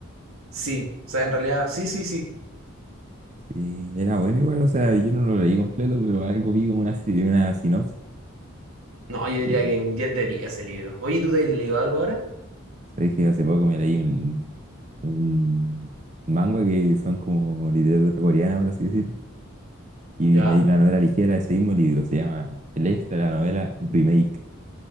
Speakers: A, on the right (about 90°); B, on the right (about 35°).
A: Sí, o sea, en realidad, sí, sí, sí.
B: Sí, era bueno igual, o sea, yo no lo leí completo, pero algo vi como una, si- una sinopsis.
A: No, yo diría
B: Y
A: que un diez de 10 ese libro. Oye, ¿tú te has leído algo ahora?
B: sabes que hace poco me leí un, un manga que son como literatura coreana, por así decirlo. Y
A: ¿Ya?
B: me di la novela ligera de ese mismo libro, se llama El Extra, la novela Remake.